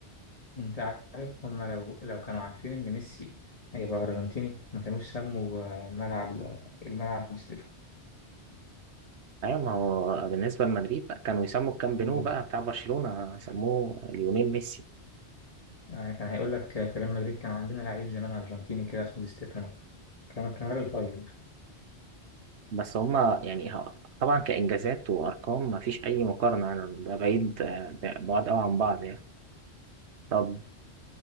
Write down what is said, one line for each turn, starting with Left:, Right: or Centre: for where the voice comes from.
Left: انت عارف هما لو لو كانوا عارفين ان ميسي هيبقى ارجنتيني ما كانوش سموا آه، الملعب الملعب دي ستيفانو
Right: أيوة ما هو بالنسبة لمدريد بقى كانوا يسموا الكامب نو
Left: آه،
Right: بقى بتاع برشلونة يسموه ليونيل ميسي
Left: آه، كان هيقول لك آه، في ريال مدريد كان عندنا لعيب زمان ارجنتيني كده اسمه دي ستيفانو كان كان راجل طيب
Right: بس هما يعني ه- طبعا كإنجازات وأرقام ما فيش أي مقارنة يعني ده بعيد آه، ده بعاد أوي عن بعض يعني طب